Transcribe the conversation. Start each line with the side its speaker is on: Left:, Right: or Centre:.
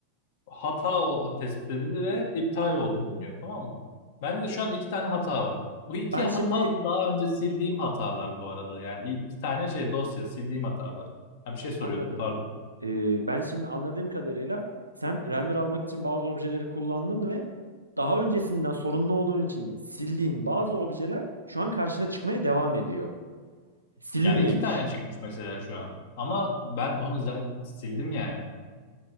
Left: hata o- tespit edildi ve iptal oldu deniyor tamam mı? Bende de şu an iki tane hata var. Bu iki
Right: Ben
Left: hata
Right: şimdi
Left: da daha önce sildiğim hatalar bu arada. Yani i- iki tane şey dosya sildiğim hatalar. Ha bir şey soruyordum
Right: anladım.
Left: pardon.
Right: Ee, ben şimdi anladığım kadarıyla sen render almak için bazı objeleri kullandın ve daha öncesinden sorunlu olduğun için sildiğin bazı objeler şu an karşına çıkmaya devam ediyor. Silinmemiş.
Left: Ya iki tane çıkmış mesela şu an. Ama ben onu zaten sildim yani.